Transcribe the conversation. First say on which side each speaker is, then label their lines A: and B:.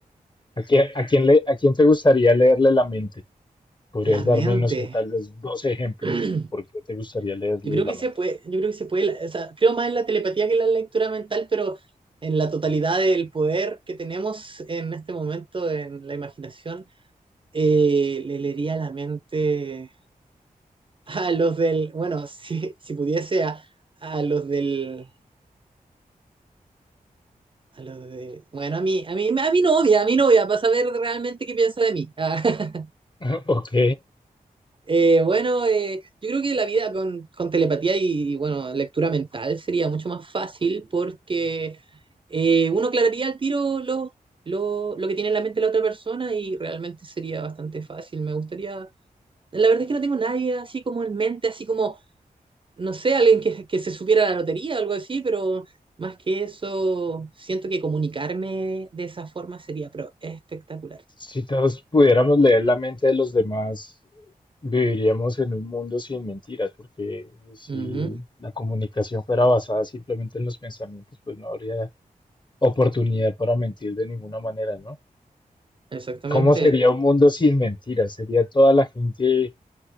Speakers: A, on the left; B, on the right.
A: ¿A quién, a quién le, a quién te gustaría leerle la mente? ¿Podrías
B: La mente.
A: darme, no sé, tal vez dos ejemplos
B: <clears throat>
A: y por qué te gustaría leerles
B: Yo creo
A: la
B: que
A: mente?
B: se puede, yo creo que se puede, o sea, creo más en la telepatía que en la lectura mental, pero en la totalidad del poder que tenemos en este momento, en la imaginación, eh, le leería la mente a los del, bueno, <laughs> si, si pudiese a, a los del, a los de, bueno, a mí, a mí, a mi novia, a mi novia, para saber realmente qué piensa de mí. <laughs>
A: <laughs> Ok,
B: Eh, bueno, eh, yo creo que la vida con, con telepatía y, bueno, lectura mental sería mucho más fácil porque eh, uno aclararía al tiro lo, lo, lo que tiene en la mente la otra persona y realmente sería bastante fácil. Me gustaría... La verdad es que no tengo nadie así como en mente, así como, no sé, alguien que, que se supiera la lotería o algo así, pero más que eso, siento que comunicarme de esa forma sería pro- espectacular.
A: si todos pudiéramos leer la mente de los demás, viviríamos en un mundo sin mentiras, porque si
B: Ujú,
A: la comunicación fuera basada simplemente en los pensamientos, pues no habría oportunidad para mentir de ninguna manera, ¿no?
B: exactamente.
A: ¿Cómo sería un mundo sin mentiras? ¿Sería toda la gente